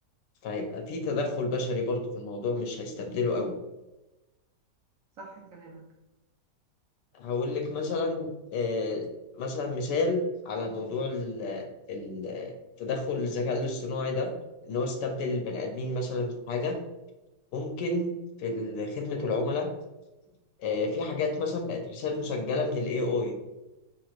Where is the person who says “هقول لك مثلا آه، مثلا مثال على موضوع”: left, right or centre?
Left